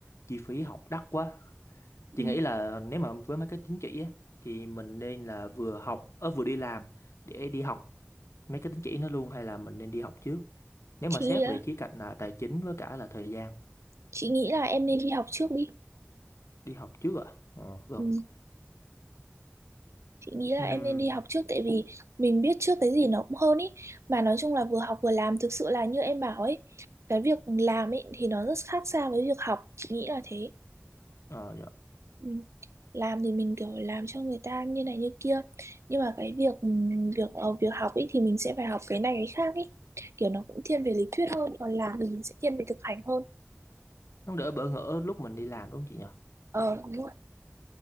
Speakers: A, on the left; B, on the right.
A: chi phí học đắt quá. Chị
B: ừ.
A: nghĩ là nếu mà với mấy cái chứng chỉ á, thì mình nên là vừa học ở vừa đi làm để đi học mấy cái chứng chỉ nó luôn hay là mình nên đi học trước. Nếu
B: chị
A: mà xét
B: nghĩ là
A: về khía cạnh là tài chính với cả là thời gian
B: chị nghĩ là em nên đi học trước đi
A: đi học trước ạ. À? Ờ vâng.
B: ừ. chị nghĩ là
A: Ừm,
B: em nên đi học trước tại vì mình biết trước cái gì nó cũng hơn ý mà nói chung là vừa học vừa làm thực sự là như em bảo ấy cái việc làm ấy thì nó rất khác xa với việc học chị nghĩ là thế
A: ờ dạ.
B: Ừ. làm thì mình kiểu làm cho người ta như này như kia nhưng mà cái việc ừ, việc ờ, việc học ấy thì mình sẽ phải học cái này cái khác ấy kiểu nó cũng thiên về lý thuyết hơn còn làm thì mình sẽ thiên về thực hành hơn
A: Nó đỡ bỡ ngỡ lúc mình đi làm đúng không chị nhỉ?
B: ờ đúng rồi